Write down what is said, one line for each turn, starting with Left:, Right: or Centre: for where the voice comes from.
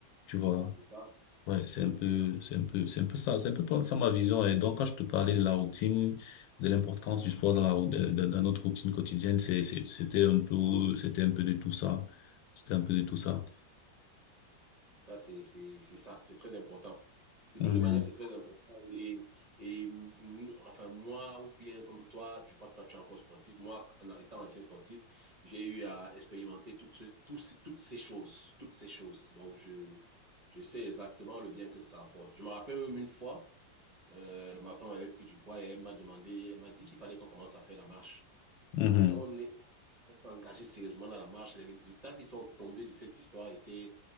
Left: Tu vois?
Right: c'est ça.
Left: Ouais, c'est
Right: Oui.
Left: un peu, c'est un peu, c'est un peu ça, c'est un peu pas ça ma vision. Et donc, quand je te parlais de la routine, de l'importance du sport dans la, rou- dans, dans- dans notre routine quotidienne, c'est, c'est- c'était un peu, c'était un peu de tout ça. C'était un peu de tout ça.
Right: Ça, c'est c'est- c'est ça, c'est très important. De
Left: Mhm.
Right: toutes les manières, c'est très important. Et, et nous- enfin, moi, ou bien comme toi, je crois que toi, tu es encore sportif. Moi, en étant ancien sportif, j'ai eu à expérimenter toutes, ce- tous ces- toutes ces choses, toutes ces choses. Donc, je, je sais exactement le bien que ça apporte. Je me rappelle même une fois, euh, ma femme avait pris du poids et elle m'a demandé, elle m'a dit qu'il fallait qu'on commence à faire la marche.
Left: Mhm.
Right: Mais quand on est, on s'est engagé sérieusement dans la marche, les résultats qui sont tombés de cette histoire étaient,